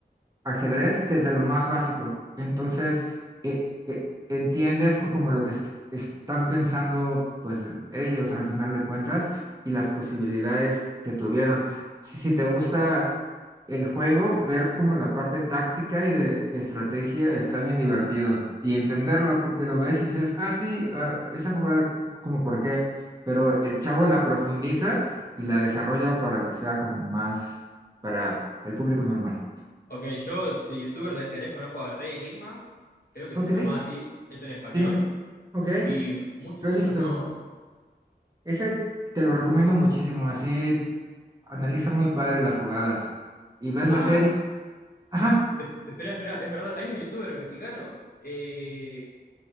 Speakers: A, on the right; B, on the left.
A: ajedrez desde lo más básico. Entonces, eh, eh, entiendes co- como lo que est- están pensando pues ellos al final de cuentas y las posibilidades que tuvieron. Si, si te gusta el juego, ver como la parte táctica y de estrategia está bien divertido y entenderla porque lo ves y dices, ah, sí, ah, esa jugada como por qué, pero el chavo la profundiza y la desarrolla para que sea como más para el público normal.
B: Ok, yo de youtuber de ajedrez conozco a Rey Enigma, creo que
A: Ok,
B: se llamaba así, es en español,
A: Sí, ok,
B: y muchos
A: lo
B: otros
A: he visto.
B: no.
A: Ese te lo recomiendo muchísimo, así analiza muy padre las jugadas y ves
B: Ah,
A: la serie. Ajá,
B: espera, espera, es verdad, hay un youtuber mexicano, eh,